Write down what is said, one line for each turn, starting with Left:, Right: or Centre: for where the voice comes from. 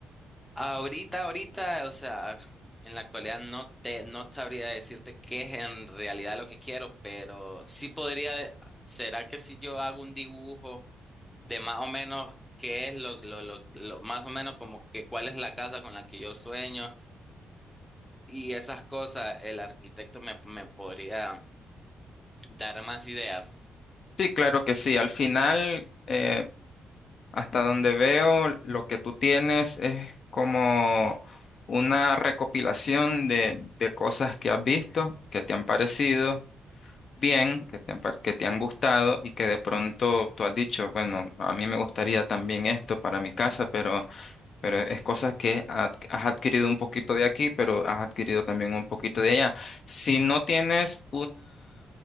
Centre: Ahorita, ahorita, o sea, en la actualidad no te, no sabría decirte qué es en realidad lo que quiero, pero sí podría, ¿será que si yo hago un dibujo de más o menos qué es lo, lo, lo, lo- más o menos como que cuál es la casa con la que yo sueño y esas cosas, el arquitecto me, me podría dar más ideas?
Left: Sí, claro que sí. Al final, eh, hasta donde veo, lo que tú tienes es como una recopilación de, de cosas que has visto, que te han parecido bien, que te han, par- que te han gustado y que de pronto tú has dicho, bueno, a mí me gustaría también esto para mi casa, pero, pero es cosas que ad- has adquirido un poquito de aquí, pero has adquirido también un poquito de allá. Si no tienes